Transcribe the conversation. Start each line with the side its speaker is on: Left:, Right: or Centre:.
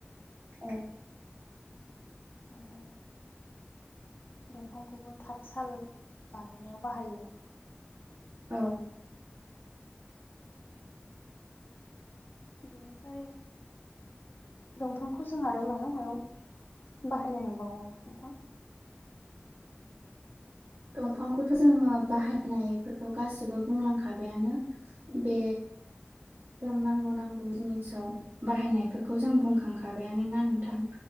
Right: औ।
Left: आरो दंफांखौबो थाथसााल बानायनायाव बाहायो।
Right: औ।
Left: बेनिफ्राय दंफांखौ जों आरो मायाव मायाव बाहायनाय नुबावो नोंथां?
Right: दंफांखौथ' जोङो बाहायनायफोरखौ गासिबो बुंलांखाबायानो।
Left: उम
Right: बे। जों नांगौ नांगौ जिनिसाव बाहायनायफोरखौ जों बुंखांखाबायानोना नोंथां।